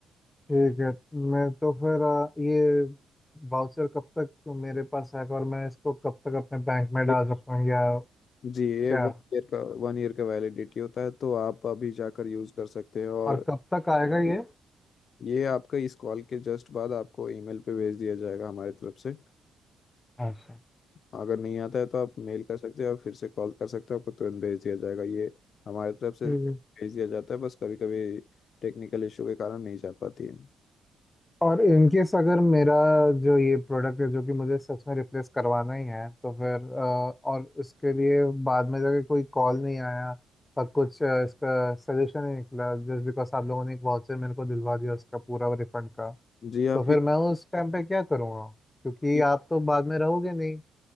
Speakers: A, on the left; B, on the left.
A: ठीक है मैं तो फिर अ, ये वाउचर कब तक मेरे पास है और मैं इसको कब तक अपने बैंक में
B: ये-
A: डाल सकता हूँ या
B: जी ये
A: क्या
B: वन ईयर का वन ईयर का वैलिडिटी होता है तो आप अभी जाकर यूज़ कर सकते हैं और
A: और कब तक आएगा ये
B: ये आपका इस कॉल के जस्ट बाद आपको ईमेल पे भेज दिया जाएगा हमारी तरफ से
A: अच्छा
B: अगर नहीं आता है तो आप मेल कर सकते हो और फिर से कॉल कर सकते हो आपको तुरंत भेज दिया जाएगा ये हमारी तरफ से
A: ठीक
B: भेज
A: है
B: दिया जाता है बस कभी कभी टेक्निकल इशू के कारण नहीं जा पाती है
A: और इन केस अगर मेरा जो ये प्रोडक्ट है जो कि मुझे सच में रिप्लेस करवाना ही है तो फिर अ, और इसके लिए बाद में जाके कोई कॉल नहीं आया और कुछ अ, इसका सजेशन नहीं निकला जस्ट बिकॉज आप लोगों ने एक वाउचर मेरे को दिलवा दिया उसका पूरा रिफंड का
B: जी आप
A: तो फिर
B: ये
A: मैं उस टाइम पे क्या करूँगा क्योंकि
B: जी,
A: आप तो बाद में रहोगे नहीं